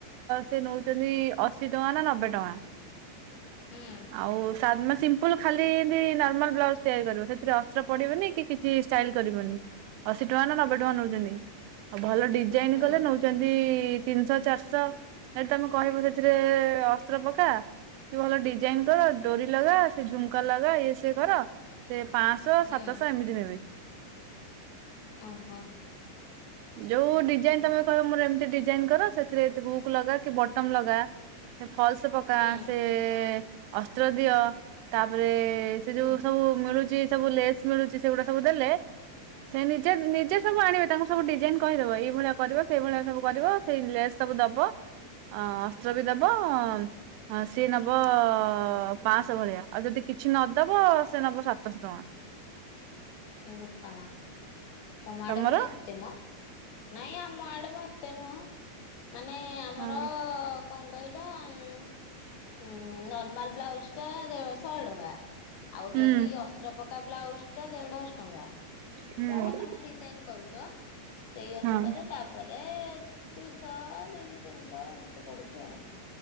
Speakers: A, on the right; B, on the left.
A: ସେ ନେଉଛନ୍ତି ଅସ୍ ଅଶି ଟଙ୍କା ନା ନବେ ଟଙ୍କା
B: ହୁଁ
A: ଆଉ ସା ସିମ୍ପଲ ଖାଲି ଏନ୍ତି ନର୍ମାଲ ବ୍ଲାଉଜ ତିଆରି କରିବ ସେଥିରେ ଅସ୍ତ୍ର ପଡିବନି କିଛି ଷ୍ଟାଇଲ କରିବନି ଅଶୀ ଟଙ୍କା ନା ନବେ ଟଙ୍କା ନୋଉଛନ୍ତି। ଆଉ ଭଲ ଡିଜାଇନ
B: ହୁଁ
A: କଲେ ନଉଛନ୍ତି ତିନିଶହ ଚାରିଶହ ଯଦି ତମେ କହିବ ସେଥିରେ ଅସ୍ତ୍ର ପକା ଠି ଭଲ ଡିଜାଇନ କର ଡୋରି ଲଗା ସେ ଝୁମ୍କା ଲଗା ଇଏ ସିଏ କର ସେ ପାଞ୍ଚଶହ
B: ହୁଁ
A: ସାତଶହ ଏମିତି ନେବେ
B: ଓହୋ।
A: ଯୋଉ ଡିଜାଇନ ତମେ କହିବ ମୋର ଏମିତି ଡିଜାଇନ କର ସେଥିରେ ବୁକ୍ ଲଗା କି ବଟମ ଲଗା ଫଲସ ପକା
B: ହୁଁ
A: ସେ ଅସ୍ତ୍ର ଦିଅ ତାପରେ ସେ ଯୋଉ
B: ହୁଁ
A: ସବୁ ମିଳୁଛି ସବୁ ଲେସ୍ ମିଳୁଛି ସେଗୁଡା ସବୁ ଦେଲେ ସେ ନିଜେ ନିଜେ ସବୁ ଆଣିବେ ତାଙ୍କୁ ସବୁ ଡିଜାଇନ କହିଦବ ଏଇଭଳିଆ କରିବ ସେଇଭଳିଆ ସବୁ କରିବ ସେଇ ଲେସ୍ ସବୁ ଦବ ଅ ଅସ୍ତ୍ର ବି ଦବ ହଁ ସିଏ ନବ ପାଞ୍ଚଶହ ଭଳିଆ ଆଉ ଯଦି କିଛି ନଦବ ସିଏ ନବ ସାତଶହ ଟଙ୍କା
B: ଏ ବୋପା ମା ତମ
A: ତମର
B: ଆଡେ କଣ ଏତେ ମ? ନାଇଁ ଆମ ଆଡେ ମୋ ଏତେ ନୁହଁ। ମାନେ ଆମର
A: ହଁ
B: କଣ କହିଲ ଉଁ, ଉଁ, ନର୍ମାଲ ବ୍ଲାଉଜ୍ ଟା ଦେଅ ଶହେ ଟଙ୍କା। ଆଉ
A: ହୁଁ
B: ଯଦି ଅସ୍ତ୍ର ପକା ବ୍ଲାଉଜ୍ ଟା ଦେଢଶ ଟଙ୍କା।
A: ହୁଁ
B: ଯାହା ତୋମେ ଡିଜାଇନ୍ କରୁଚ ସେଇ ଅନୁସାରେ
A: ହଁ
B: ତାପରେ ଦୁଇଶହ, ଦୁଇଶହ, ତିନିଶହ ଏମିତି ପଡୁଛି ଆଉ।